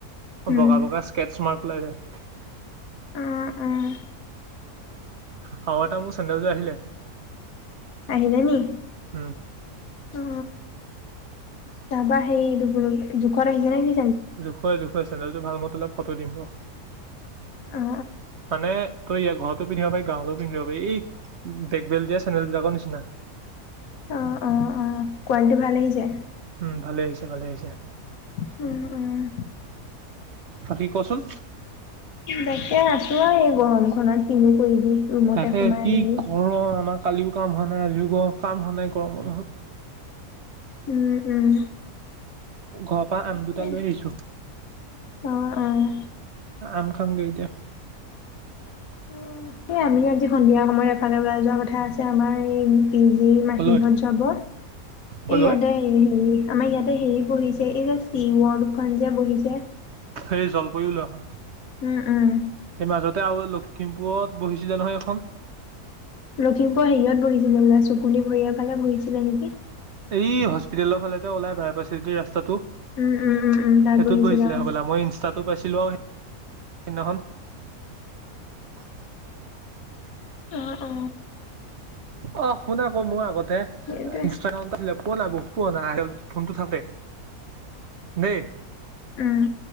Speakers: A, on the left (about 70°); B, on the right (about 55°).
A: উম
B: বগা বগা স্কেটছ মাৰ্ক ওলাই যায়।
A: অ', অ'।
B: ৱাআটৰ মোৰ চণ্ডেল যোৰ আহিলে।
A: আহিলে নি?
B: উম
A: অ'। তাপা সেই এইটো কি বুলি কৈ জোখত আহি নেকি?
B: জোখুৱে জোখুৱে চেনেলটো ভাল মতললে ফটো দিম ৰ
A: অ
B: মানে তই ইয়া ঘৰতো পিন্ধিব পাৰি গাঁৱলে পিন্ধিব পাৰি এই ডেগবেল যে চেনেল বিলাকৰ নিচিনা।
A: অ অ অ কোৱালিটি ভাল আহিছে?
B: উম ভালেই আহিছে ভালেই আহিছে।
A: <unintelligible>
B: বাকি কচোন?
A: তাকে আছো আৰু এই গৰমখনত কিনো কৰিবি। ৰুমতে
B: তাকে
A: সোমাই
B: কি
A: মেলি
B: গৰম আমাৰ কালিও কাম হোৱা নাই আজি গ কাম হোৱা নাই গৰমৰহত।
A: উম উম।
B: ঘৰৰ পৰা
A: তাকে
B: আম দুটা লৈ আহিছো।
A: অ অ
B: আম খাম গে এতিয়া।
A: অ সেই আমি আজি সন্ধিয়া সময়ত এফালে ওলাই যোৱা কথা আছে আমাৰ এই কেজি মাহিহত
B: কলৈ
A: যাব,
B: কলৈ
A: এই ইয়াতে হেৰি আমাৰ ইয়াতে হেৰি বহিছে এই যে চি ৱৰ্ডখন যে বহিছে।
B: সেই জলপৰি ওলোৱা খন।
A: উম উম।
B: সেই মাজতে আৰু লখিমপুৰত বহিছিলে নহয় এখন।
A: লখিমপুৰ হেৰিয়ত বহিছিলে বোলে চুকুলি ভুঁঞা ফালে বহিছিলে নেকি।
B: এই হস্পিতেলৰ ফালে যে ওলাই বাই পাইছেদি ৰাস্তাটো
A: উম, উম, উম,
B: সেইটোত
A: উম, তাত
B: বহিছিলে
A: অ',
B: হ'বলা মই ইনষ্টাতো পাইছিলো সেইদিনাখন <unintelligible>
A: অহ অ।
B: অ শুন আকৌ মোৰ আগতে ইনষ্ট্ৰা
A: সেইটোৱে।
B: গ্ৰাম পোৱনা বহুত পোৱা <unintelligible> ফোনটো থাকতে। দেই,
A: উম,